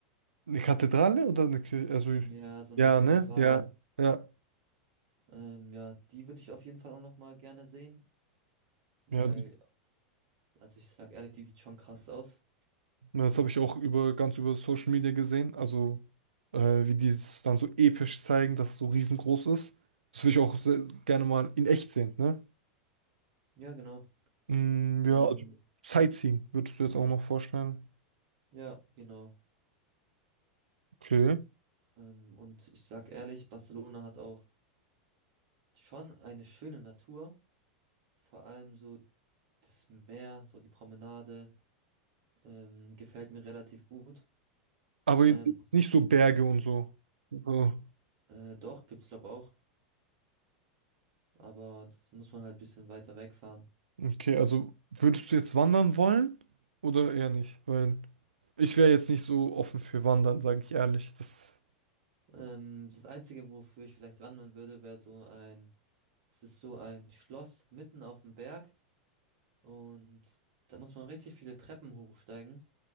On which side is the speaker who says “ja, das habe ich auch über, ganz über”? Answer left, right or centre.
Right